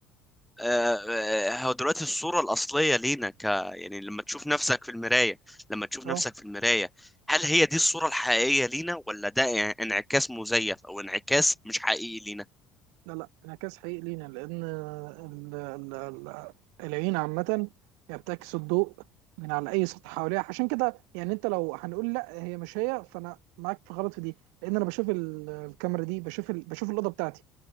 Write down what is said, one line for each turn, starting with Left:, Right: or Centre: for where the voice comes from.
Centre: آه آه، هو دلوقتي الصورة الأصلية لينا ك يعني لما تشوف نفسك في المراية لما تشوف
Right: اه
Centre: نفسك في المراية هل هي دي الصورة الحقيقية لينا ولا ده انعكاس مزيف أو انعكاس مش حقيقي لينا؟
Right: لا لا انعكاس حقيقي لينا لان ال- ال- ال- العين عامه هي بتعكس الضوء من على اي سطح حواليها عشان كده يعني انت لو هنقول لا هي مش هي فانا معاك في غلط في دي لان انا بشوف ال- الكاميرا دي بشوف ال... بشوف الاوضه بتاعتي